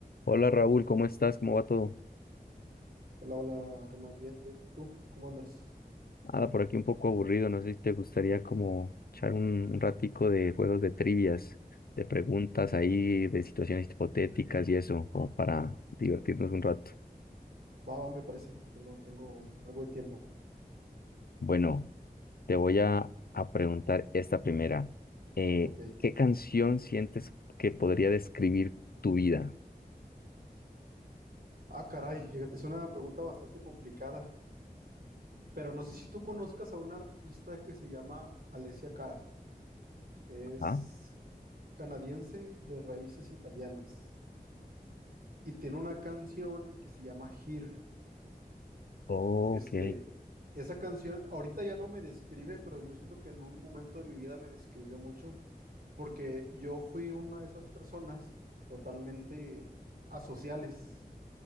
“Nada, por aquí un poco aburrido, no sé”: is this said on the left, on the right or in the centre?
Left